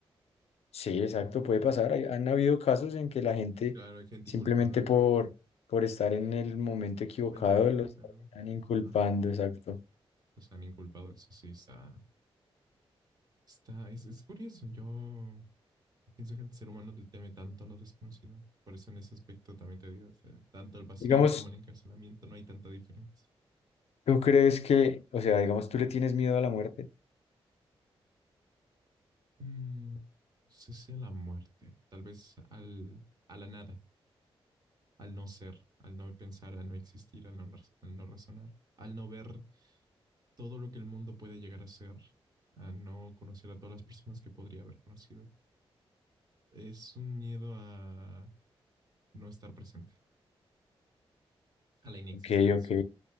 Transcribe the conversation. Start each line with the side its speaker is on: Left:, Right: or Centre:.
Left: Sí, exacto,
Right: Un
Left: puede
Right: miedo.
Left: pasar. Hay- Han habido casos en que la gente
Right: Claro, hay gente
Left: simplemente
Right: inculpada, ¿no?
Left: por, por estar en el momento equivocado
Right: Momento de inculpado.
Left: los están inculpando,
Right: Ah,
Left: exacto.
Right: los han inculpado, eso sí está. Está, es, es curioso. Yo pienso que el ser humano le teme tanto a lo desconocido. Por eso en ese aspecto también te digo, o sea, tanto el vacío
Left: Digamos,
Right: como el encarcelamiento no hay tanta diferencia.
Left: ¿tú crees que, o sea, digamos, tú le tienes miedo a la muerte?
Right: Mm, no sé si a la muerte, tal vez al, a la nada. al no ser, al no pensar, al no existir, al no, al no razonar, al no ver todo lo que el mundo puede llegar a ser, a no conocer a todas las personas que podría haber conocido. Es un miedo a no estar presente, a la inexistencia.
Left: Ok, ok.